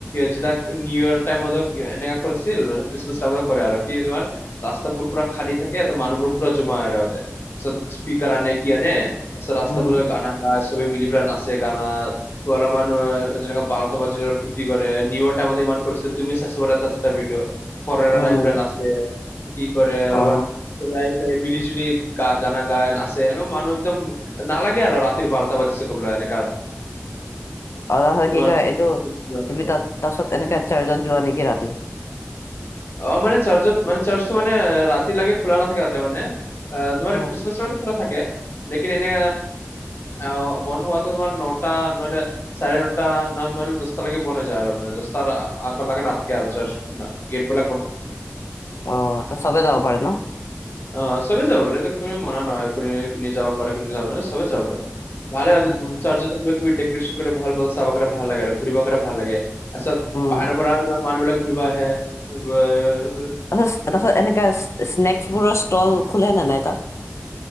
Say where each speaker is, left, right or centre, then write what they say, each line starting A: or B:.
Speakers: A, on the left; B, on the left.
A: যেতিয়া নিউ ইয়াৰ টাইমত এনেকা কৰিছিল, খ্ৰীষ্টমাছ টাইমত কৰে আৰু কি তোমাৰ ৰাস্তাবোৰ পুৰা খালী থাকে ত' মানুহবোৰ পুৰা জমা হয় ইয়াৰ আগতে পিছত স্পিকাৰ আনে কি আনে পিছত ৰাস্তাবোৰে
B: উম
A: গানা আ, চবেই মিলি পেলাই নাচে গানা ত' অলপমান মা জেনেকা বাৰটা বাজিলে তি কৰে, নিউ অৰ টাইমতে <unintelligible> ফৰেনাৰ
B: উম
A: আহি পেলাই নাচে, কি কৰে
B: অ
A: অলপমান পেলাই মিলি জুলি গা-গানা গায়, নাচে মানুহ একদম নালাগে আৰু ৰাতিৰ বাৰটা বাজিছে কবলৈ এনেকা
B: <unintelligible>
A: তোমাৰ
B: কি কয় এইটো তুমি তাত তাৰপাছত এনেকে চাৰ্জত যোৱা নেকি ৰাতি?
A: অ' মানে চাৰ্চত মানে চাৰ্চটো মানে ৰাতি লাগে খোলা নাথাকে তাতে মানে। আ, তোমাৰ
B: উম
A: খ্ৰীষ্টমাছৰ খোলা থাকে লেকিন এনে অ' বন্ধ হোৱাটো তোমাৰ নটা নহ'লে চাৰে নটা ন-নহ'লে দহটা লাগে বন হৈ যায় আৰু মানে দহটাৰ আগত লাগে নাথাকে আৰু <unintelligible> গেইটবিলাক
B: অ' ত' চবেই যাব পাৰে ন'?
A: অ' চবেই যাব পাৰে এইটো কোনো মনা নয়নে কোনে যাব পাৰে কোনে যাব নাৰে, চবেই যাব পাৰে। ভালে হ'ল
B: উম
A: চাৰ্জত <unintelligible> তুমি কুইট ডেক'ৰেচন কৰি ভাল পোৱা, চাবা কাৰণে ভাল লাগে আৰু ঘূৰিব কাৰণে ভাল লাগে। তাৰছত
B: উম,
A: বাহিৰৰপৰা ইমান মানুহবিলাক ঘূৰিব আহে <unintelligible>
B: তাৰ তাৰাছত এনেকা স্নেকছবোৰৰ ষ্টল খোলে নে নাই তাত?